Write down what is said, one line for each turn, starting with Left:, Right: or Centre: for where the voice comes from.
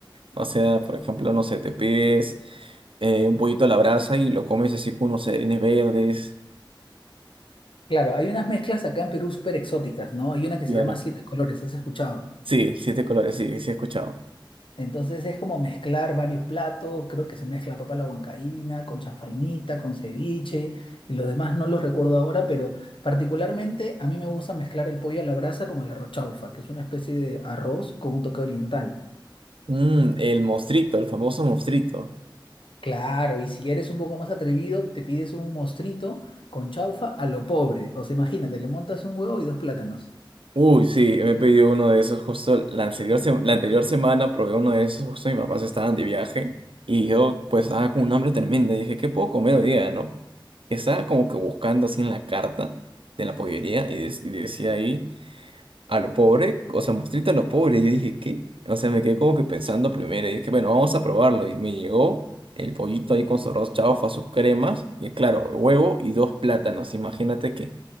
Right: O sea, por ejemplo, no sé, te pides eh, un pollito a la brasa y lo comes así con unos celerines verdes.
Left: Claro, hay unas mezclas acá en Perú súper exóticas, ¿no? Hay una que
Right: Claro.
Left: se llama Siete Colores, ¿has escuchado?
Right: Sí, siete colores, sí, sí he escuchado.
Left: Entonces es como mezclar varios platos, creo que se mezcla papa a la huancaína, con chanfainita, con ceviche, y los demás no los recuerdo ahora, pero particularmente a mí me gusta mezclar el pollo a la brasa con el arroz chaufa, que es una especie de arroz con un toque oriental.
Right: Mm, el mostrito, el famoso mostrito.
Left: Claro, y si eres un poco más atrevido, te pides un mostrito con chaufa a lo pobre. O sea, imagínate, le montas un huevo y dos plátanos.
Right: Uy, sí, me he pedido uno de esos justo la anterior, se- la anterior semana, probé uno de esos justo mis papás estaban de viaje y yo pues estaba con un hambre tremenda y dije, ¿qué puedo comer hoy día, no? Y estaba como que buscando así en la carta de la pollería y, des- y decía ahí, a lo pobre, o sea, mostrita a lo pobre. Y yo dije, ¿qué? O sea, me quedé como que pensando primero y dije, bueno, vamos a probarlo. Y me llegó el pollito ahí con su arroz chaufa, sus cremas y claro, huevo y dos plátanos. Imagínate que